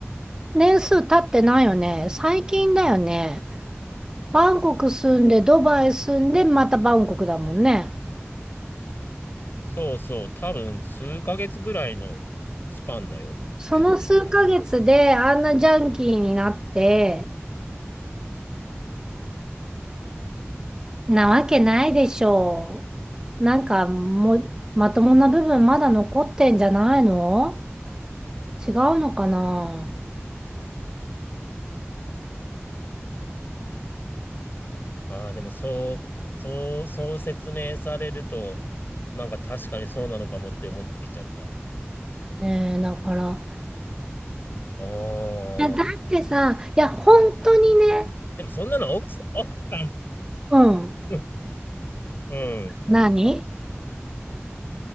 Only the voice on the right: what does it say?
年数経ってないよね。最近だよね。バンコク住んで、ドバイ住んで、またバンコクだもんね。
その数ヶ月であんなジャンキーになって、
なわけないでしょう。なんかもう、まともな部分まだ残ってんじゃないの違うのかな
ねえ、だから。
いや、だってさ、いや、本当にね、
うん。
何